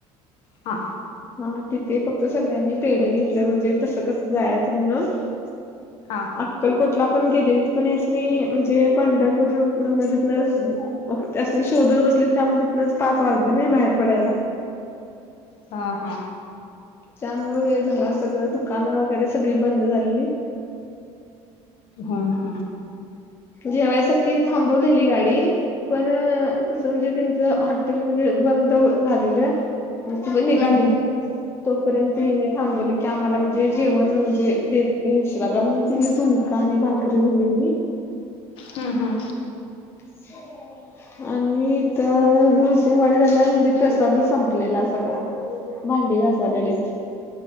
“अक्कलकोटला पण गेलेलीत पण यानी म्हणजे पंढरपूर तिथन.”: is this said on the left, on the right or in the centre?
Left